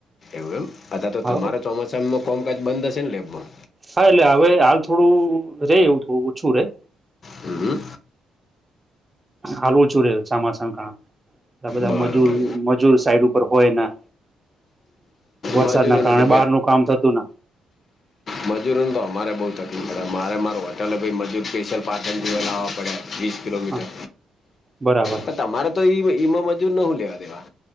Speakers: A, on the left; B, on the right.
A: એવું એમ અતારે તો
B: હા
A: તમારા ચોમાસામાં કોમકાજ બંધ હશે ને લેબમાં?
B: હા એટલે હવે હાલ થોડું રેય એવું થોડું ઓછું રેય.
A: હમમ.
B: હાલ ઓછું રે ચમાસા ના કારણે તા બધા
A: બરોબર
B: મજૂર મજૂર સાઈડ ઉપર ઉપર હોય ના વરસાદ
A: મજૂરોને
B: ના કારણે
A: તો
B: બારનું કામ થતું ના
A: મજૂરો તો અમારે બઉ તકલીફ પડે. મારે મારે હોટેલે મજૂર સ્પેશયલ પાટણ લાવવા પડે. કિલોમીટર
B: ના બરાબર
A: પણ તમારે તો ઈ ઈમાં મજૂર ને હું લેવા દેવા.